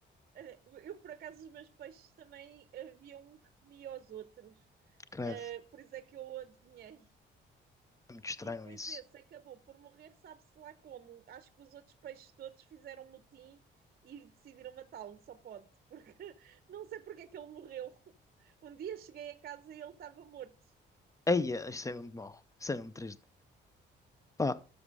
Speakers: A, on the right; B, on the left.
A: Eh, Eu, por acaso, os meus peixes também havia um que comia os outros.
B: credo.
A: Uh, por isso é que eu o adivinhei.
B: É muito estranho
A: E depois
B: isso.
A: esse acabou por morrer, sabe-se lá como. Acho que os outros peixes todos fizeram motim e decidiram matá-lo, só pode, porque <laughs> não sei porque é que ele morreu. Um dia cheguei a casa e ele estava morto.
B: Ei, é, isto é mesmo mau. Isto é mesmo triste. Pá,